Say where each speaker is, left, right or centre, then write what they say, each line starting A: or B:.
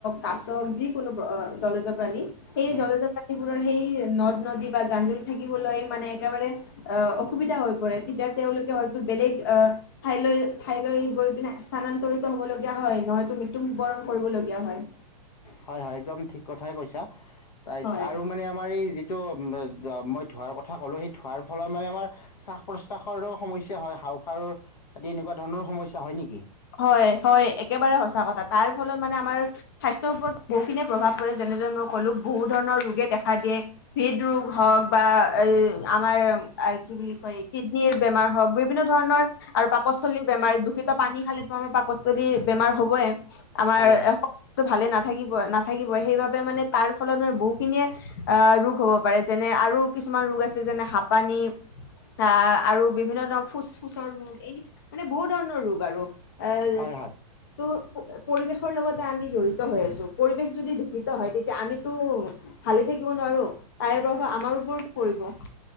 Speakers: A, on the left; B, on the left.
A: কাছ যি কোনো জলেজৰ প্ৰাণী
B: উম
A: এই
B: উম
A: জলজৰপ্ৰানী ৰ সেই নদ নদী বা জান জুৰি থাকিবলৈ মানে একেবাৰে অ অসুবিধা হৈ পৰে তেতিয়া তেওঁলোকে হয়তো বেলেগ আহ ঠাইলৈ ঠাইলৈ গৈ পিনে স্থানান্তৰিত হব লগীয়া হয় নহতো। মৃত্যুবৰণ কৰিব লগীয়া হয়
B: হয় হয় একদম ঠিক কথাই কৈছা। তাই
A: হয়
B: আৰু মানে আমাৰ এই যিটো। যোৱা মই ধোঁৱাৰ কথা ক'লোঁ এই ধোঁৱাৰ ফলত মানে আমাৰ শ্বাস-প্ৰশ্বাসৰো সমস্যা হয় হাওফাৰৰ আদি এনেকুৱা ধৰণৰো সমস্যা হয় নেকি।
A: হয় হয় একেবাৰে সঁচা কথা তাৰ ফলত মানে আমাৰ স্বাস্থ্যৰ ওপৰত বহু খিনিয়ে প্ৰভাৱ কৰে যেনেদৰে মই কলো বহুত ধৰণৰ ৰোগে দেখা দিয়ে হৃদৰোগ হওক বা এ আ আমাৰ। আৰু কি বুলি কয় কিডনিৰ বেমাৰ হওঁক বিভিন্ন ধৰণৰ আৰু পাকস্থলী বেমাৰ দূষিত পানী খালে। ৰ পাকস্থলী বেমাৰ হবেয়ে। আমাৰ
B: হয় হয়
A: ভালে নাথ। থাকিব নাথাকিব সেইবাবে মানে তাৰ ফলত ম বহুখিনিয়ে আহ ৰোগ হ'ব পাৰে যেনে আৰু কিছুমান ৰোগ আছে যেনে হাপানি আহ আৰু বিভিন্ন ধৰণৰ ফুচ ফুচৰ ৰোগ এ মানে বহু ধৰণৰ ৰোগ আৰু। এই
B: হয় হয়
A: তো। পৰিৱেশৰ লগতে আমি জড়িত হৈ আছো পৰিৱেশ যদি দূষিত হয় তেতিয়া আমিতো ভালে থাকিব নোৱাৰো। তাৰে প্ৰভাৱ আমাৰ ওপৰতো পৰিব।